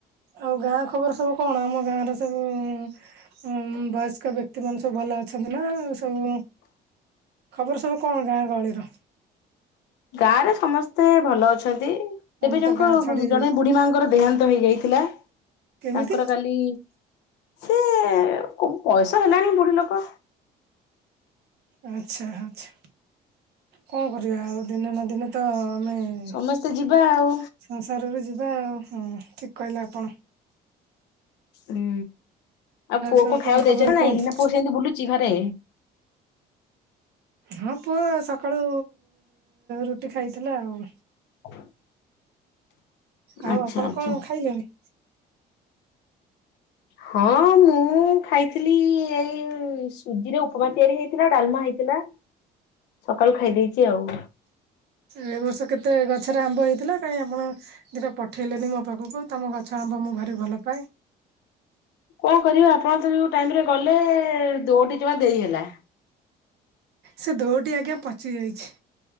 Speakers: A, on the right; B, on the left.
A: ଆଉ ଗାଁ ଖବର ସବୁ କଣ ଆମ ଗାଁର ସବୁ ଉଁ ବୟସ୍କ ବ୍ୟକ୍ତି ମାନ ସ ସବୁ ଭଲ ଅଛନ୍ତି ନା ଆ ସବୁ ଖବର ସବୁ କଣ ଗାଁ ଗହଳିର?
B: ଗାଁ ରେ ସମସ୍ତେ ଭଲ ଅଛନ୍ତି
A: ଆମେ
B: ଏବେ ଜଣକ
A: ତ ଗାଁ ଛାଡି
B: ଜଣେ ବୁଢୀ ମାଙ୍କର ଦେହାନ୍ତ ହେଇଯାଇ ଥିଲା
A: କେମିତି
B: ତାଙ୍କର କାଲି ସେ କ କୟସ ହେଲାଣି ବୁଢୀ ଲୋକ।
A: ଆଛା ଆଛା କଣ କରିବା ଆଉ ଦିନେ ନା ଦିନେ ତ ଆମେ ହୁଁ
B: ସମସ୍ତେ ଯିବା ଆଉ
A: ସଂସାରରେ ଯିବା ଆଉ ହୁଁ ଠିକ୍ କହିଲେ ଆପଣ।
B: ହୁଁ ଆଉ ପୁଅକୁ
A: ସବୁ କଣ
B: ଖାଇବାକୁ
A: ଖବର
B: ଦେଇଛନ୍ତି
A: କୁହନ୍ତୁ
B: ନାଇଁ ପୁଅ ସେମିତି ବୁଲୁଚି ଘରେ?
A: ହଁ ପୁଅ ସକାଳୁ ରୁଟି ଖାଇଥିଲା ଆଉ।
B: <inaudible>
A: ଆଉ
B: ଆଚ୍ଛା
A: ଆପଣ
B: ଆଚ୍ଛା
A: କଣ ଖାଇଲଣି?
B: ହଁ ମୁଁ ଖାଇଥିଲି ଏଇ ସୁଜି ରେ ଉପମା ତିଆରି ହେଇଥିଲା ଡାଲମା ହେଇଥିଲା।
A: <inaudible>
B: ସକାଳୁ ଖାଇଦେଇଚି ଆଉ।
A: ଏ ବର୍ଷ କେତେ ଗଛରେ ଆମ୍ବ ହେଇଥିଲା କାଇଁ ଆପଣ ଦିଟା ପଠେଇଲେନି ମୋ ପାଖକୁ ତମ ଗଛ ଆମ୍ବ ମୁଁ ଭାରି ଭଲ ପାଏ।
B: କଣ କରିବା ଆପଣ ତ ଯଉଁ ଟାଇମରେ ଗଲେ ଦୋଟି ଜମା ଦେଇହେଲା।
A: ସେ ଦୋଟି ଆଜ୍ଞା ପଚି ଯାଇଛି।